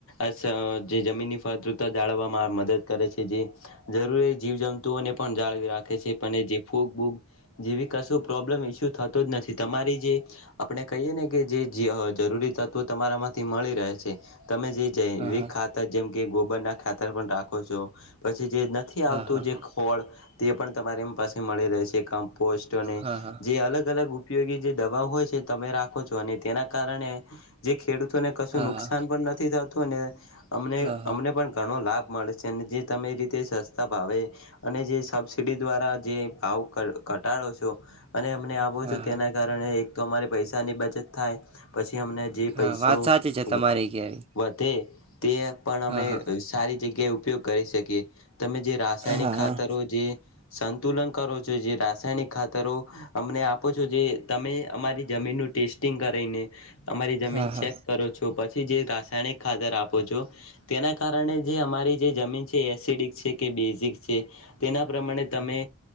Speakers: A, on the left; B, on the right.
A: અસ જે જમીનની ફળદ્રુપતા જાળવવા. માં મદદ કરે છે. જે જરૂરી જીવ જંતુઓને પણ જાળવી રાખે છે. પણ એ જે ફૂગ બૂગ જેવી કશું પ્રોબ્લેમ ઈસ્યુ થતો જ નથી થી તમારી જે આપણે કહીએ ને કે જે જરૂરી તત્વો તમારા માંથી મળી રહે છે. તમે જે જૈવિક
B: હા હા
A: ખાતર જેમ કે ગોબરના ખાતર પણ રાખો છો. પછી જે નથી આવત
B: હા
A: તું
B: હા
A: જે ખોળ તે પણ તમારીમ પાસે મળી રહે છે. કમ્પોસ્ટ અને
B: હા હા
A: જે અલગ અલગ ઉપ ઉપયોગી જે દવા હોય છે, તમે રાખો છો અને તેના કારણે જે ખેડૂતોને કશું
B: હા
A: નુકસાન પણ નથી થાતું. અને અમને
B: હા
A: અમને પણ ઘણો લાભ મળે છે ને જે તમે રીતે સસ્તા ભાવે અને જે સબસિડી દ્વારા જે ભાવ ઘટાડો છો. અને અમને આપો
B: હા
A: છો
B: હા
A: તેના કારણે એક તો અમારે પૈસાની બચત થાય પછી, અમને જે પૈસો
B: હા વાત સાચી છે
A: વ
B: તમારી કેવી
A: વધે તે પણ
B: હા
A: અમે સારી જગ્યાએ ઉપયોગ કરી શકીએ. તમે જે રાસાયણિક
B: હા
A: ખાતરો
B: હા
A: જે સંતુલન કરો છો. જે રાસાયણિક ખાતરો અમને આપ આપો છો જે તમે અમારી જમીનનું ટેસ્ટિંગ કરીને અમારી જમીન
B: હા હા
A: ચેક કરો છો પછી છી જે રાસાયણિક ખાતર આપો છો તેના કારણે જે અમારી જે જમીન છે એસિડિક છે. કે બેઝિક છે તેના પ્રમાણે તમે